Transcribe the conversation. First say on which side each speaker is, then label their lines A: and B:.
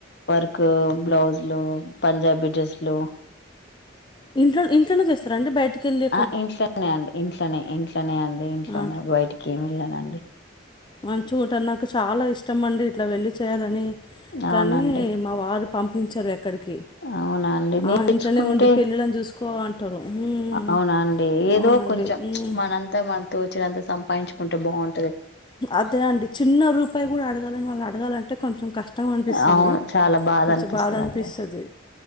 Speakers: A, on the left; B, on the left.
A: వర్క్ బ్లౌజ్లు పంజాబీ డ్రెస్ లు
B: ఇంట్లో ఇంట్లోనే చేస్తార అండి బయటికెళ్ళి
A: ఆ ఇంట్లోనే అండి ఇంట్లోనే ఇంట్లోనే అండి ఇంట్లోనే
B: ఆ,
A: బయటకి ఏం లేదండి
B: మంచి గా కుట్టటం నాకు చాలా ఇష్టం ఇష్టంమండి ఇట్లా వెళ్ళి చేయాలని కానీ
A: అవునండి
B: మా వారు పంపించరు ఎక్కడికి
A: అవునా అండి నేర్చుకుంటే
B: ఆ, ఇంట్లోనే ఉండి పిల్లలను చూసుకో అంటారు ఉమ్,
A: అవునా అండి ఏదో
B: అవునండి
A: కొంచెం
B: ఉమ్.
A: మనంతా మన తోచినంత సంపాదించుకుంటే బాగుం
B: అదే అండి చిన్న రూపాయి కూడా అడగా వాళ్ళని అడగాంటే కొంచం కష్టం అనిపిస్తది
A: అవును చాలా బాధ
B: కొంచెం
A: అనిపిస్తుందిండి
B: అనిపిస్తది